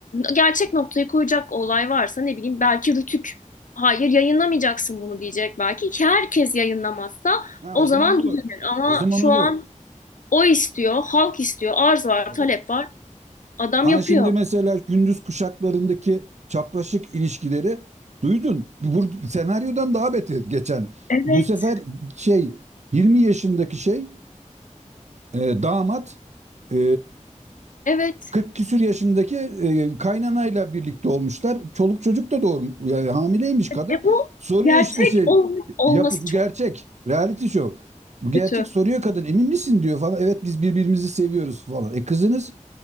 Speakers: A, on the left; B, on the right.
A: gerçek noktayı koyacak olay varsa ne bileyim belki Rütük hayır yayınlamayacaksın bunu diyecek belki ki herkes yayınlamazsa
B: Ha,
A: o
B: o
A: zaman
B: zaman olur.
A: düzelir ama
B: O zaman
A: şu
B: olur.
A: an o istiyor, halk istiyor, arz var,
B: Tabii.
A: talep var. Adam
B: Ha,
A: yapıyor.
B: şimdi mesela gündüz kuşaklarındaki çapraşık ilişkileri duydun. Bu senaryodan daha beter geçen.
A: Evet.
B: Bu sefer şey 20 yaşındaki şey e, damat e,
A: Evet.
B: 40 küsür yaşındaki e, kaynanayla birlikte olmuşlar. Çoluk çocuk da doğru, Yani hamileymiş kadın.
A: E bu
B: Soruyor
A: gerçek
B: işte şey
A: ol- olması
B: yapı bu gerçek. Reality show. Bu gerçek
A: Kötü.
B: soruyor kadın. Emin misin diyor falan. Evet biz birbirimizi seviyoruz falan. E kızınız